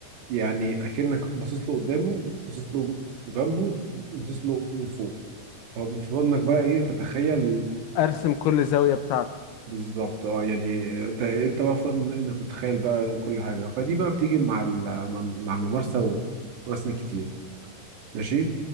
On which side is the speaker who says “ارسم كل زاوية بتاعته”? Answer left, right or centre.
Left